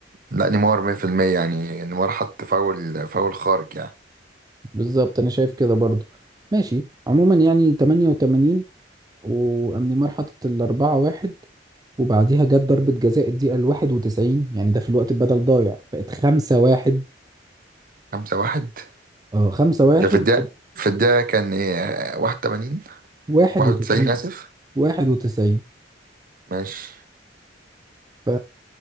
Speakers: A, on the right; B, on the right.
A: لا نيمار 100% يعني نيمار حط فاول فاول خارج يعني
B: بالظبط انا شايف كده برضو ماشي عموما يعني 88 وقام نيمار حاطط ال 4 1 وبعديها جت ضربة جزاء الدقيقة ال 91 يعني ده في الوقت بدل ضايع بقت 5 1
A: 5 1
B: اه 5-1
A: ده في الدقيقه في الدقيقه كان ايه 81
B: واحد
A: 91
B: وتسعين
A: اسف
B: واحد وتسعين
A: ماشي
B: ف